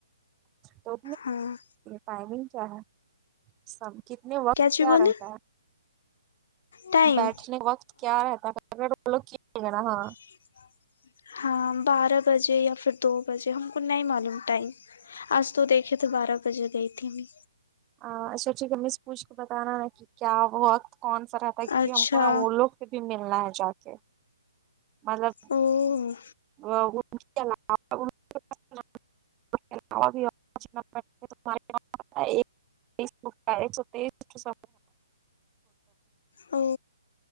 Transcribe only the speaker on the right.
تو
ٹائمنگ کیا ہے سب کتنے وقت
کیا
رہتا ہے
بیٹھنے وقت کیا رہتا ہے اگر ولوگ کیا ہاں
آ اچھا ٹھیک ہے مس پوچھ کو بتانا نا کہ کیا وہت کون سا رہتا ہے کیونکہ
ہم کو نا وہ لوگ سے بھی ملنا ہے جا کے مطلب
<unintelligible> <unintelligible> ایک سو تیس